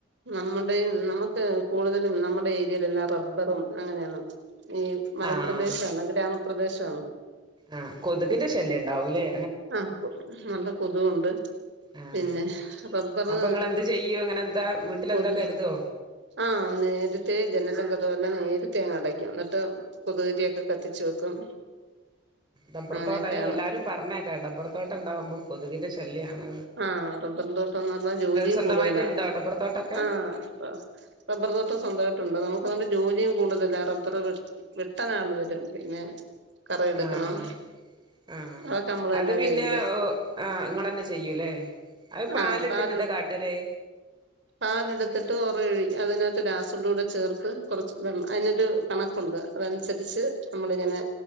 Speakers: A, on the right (about 65°); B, on the right (about 25°).
A: നമ്മുടെയും നമുക്ക് കൂടുതലും നമ്മുടെ ഏരിയയിലെല്ലാ റബ്ബറും അങ്ങനേണ്. ഈ മലംപ്രദേശാണ്
B: ആഹ്
A: ഗ്രാമപ്രദേശാണ്.
B: ആഹ് കൊതുകിന്റെ ശല്യണ്ടാവൂല്ലേ?
A: ആഹ് കൊതു നല്ല കൊതുകുണ്ട്.
B: ആഹ്
A: പിന്നെ റബ്ബറ്
B: അപ്പൊ ഇങ്ങളെന്ത് ചെയ്യും അങ്ങനെ എന്താ വീട്ടിലെന്താ
A: കൊത്
B: കരുതോ
A: ആഹ് നേരെത്തെ ജനതങ്കതോല നേരത്തേങ്ങട്ടഴക്കും. ന്നിട്ട് കൊതിരിയൊക്കെ കത്തിച്ചു വെക്കും.
B: ഡബ്ബർത്തോട്ട
A: അങ്ങനെയൊക്കെയാണ്
B: അ് എല്ലാരും പറഞ്ഞേക്ക ഡബ്ബർത്തോട്ടണ്ടാവുമ്പോ കൊതുകിന്റെ ശല്ല്യാണ്.
A: ആഹ് റബ്ബർതോട്ടംന്ന് പറഞ്ഞാ ജോലിയും
B: സ്വന്തമായിട്ടുണ്ടോ
A: കൂടുതലാ
B: ഡബ്ബർത്തോട്ടൊക്കെ
A: ആഹ് പ റബ്ബർതോട്ട സ്വന്തായിട്ടുണ്ട് നമുക്കതോണ്ട് ജോലിയും കൂടുതല റബ്ബർ വെ വെട്ടാനാൾ വരും പിന്നെ കറയെടുക്കണം
B: ആഹ് ആഹ് ആഹ്
A: അതൊക്കെ നമ്മളെന്നെ
B: അത് പിന്നെ
A: ചെയ്യന്ന
B: ഓ ആഹ് ഇങ്ങളെന്നെ ചെയ്യൂല്ലേ? അത് പാലെടുത്തിട്ട്
A: ആഹ് പാലു
B: എന്താ കാട്ടല്
A: പാലെടുത്തിട്ട് ഒറൊഴു അതിനകത്ത് രാസിഡ് കൂടെ ചേർത്ത് കൊറച്ച് വെള് അയിനൊരു കണക്കുണ്ട് അതനുസരിച്ച് നമ്മളിങ്ങനെ